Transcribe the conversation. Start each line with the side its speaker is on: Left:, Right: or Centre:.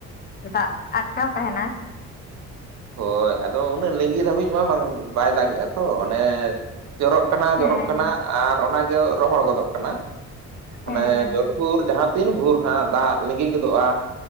Left: ᱫᱟᱜ ᱟᱠᱟᱣ ᱛᱟᱦᱮᱱᱟ᱾
Right: ᱦᱳᱭ ᱟᱫᱚ ᱩᱱᱟᱹᱜ ᱞᱤᱸᱜᱤ ᱫᱷᱟᱹᱵᱤᱡ ᱢᱟ ᱵᱟᱝ ᱵᱟᱭ ᱫᱟᱜᱮᱜᱼᱟ ᱛᱚ ᱚᱱᱮ᱾ ᱡᱚᱨᱚᱜ ᱠᱟᱱᱟ
Left: ᱦᱮᱸ
Right: ᱡᱚᱨᱚᱜ ᱠᱟᱱᱟ ᱟᱨ ᱚᱱᱟᱜᱮ ᱨᱚᱦᱚᱲ ᱜᱚᱫᱚᱜ ᱠᱟᱱᱟ ᱢᱟᱱᱮ
Left: ᱦᱮᱸ ᱦᱮᱸ
Right: ᱡᱚᱨᱼᱼ ᱵᱷᱳᱨ ᱡᱟᱦᱟᱸ ᱛᱤᱱ ᱵᱷᱳᱨ ᱦᱟᱸᱜ ᱫᱟᱜ ᱞᱤᱸᱜᱤ ᱜᱚᱫᱚᱜᱼᱟ